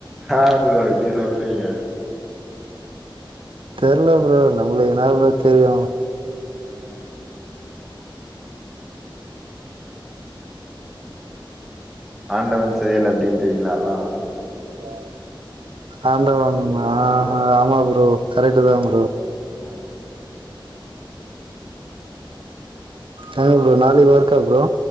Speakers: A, in the centre; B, on the right (about 75°).
A: ஹா ப்ரோ இப்டி சொல்றீக
B: தெர்ல ப்ரோ நம்ளுக்கு என்னா ப்ரோ தெரியு
A: அ ஆண்டவன் செயல் அப்டின் ப்டிகள லா
B: அ ஆண்டவ மா ஆமா ஃப்ரோ கரெக்ட்டு தா ஃப்ரோ.
A: அ
B: அதா ப்ரோ நாளைக் ஒர்க்கா ப்ரோ.